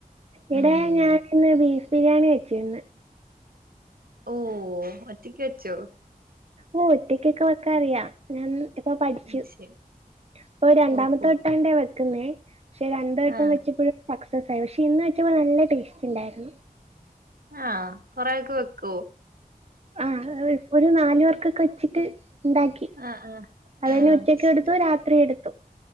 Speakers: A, on the right; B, on the right.
A: ഇവടെ
B: ഉം
A: ഞാനിന്ന് ബീഫ് ബിരിയാണി വെച്ചിര്ന്ന്
B: ഓഹ് ഒറ്റക്ക് വെച്ചോ?
A: ഓഹ് ഒറ്റക്കൊക്കെ വെക്കാൻ അറിയാ ഞാൻ ഇപ്പൊ പഠിച്ചു.
B: അത് ശരി
A: ഇപ്പൊ രണ്ടാമത്തെ
B: ഓഹോ
A: വട്ടാണ്ടെ വെക്കുന്നേ പക്ഷെ രണ്ടു വട്ടം
B: ആ
A: വെച്ചപ്പോഴും സക്സസ് ആയി. പക്ഷെ ഇന്ന് വെച്ചപ്പോ നല്ല ടേസ്റ്റുണ്ടായിര്ന്നു.
B: ആഹ് കൊറേ ഒക്കെ വെക്കും
A: ആഹ് ഇപ്പൊരു നാലു പേർക്കൊക്കെ വെച്ചിട്ട് ഇണ്ടാക്കി
B: ആ ആ
A: അത് തന്നെ
B: ആ
A: ഉച്ചക്കെടുത്തു
B: ശരി
A: രാത്രിയെടുത്തു.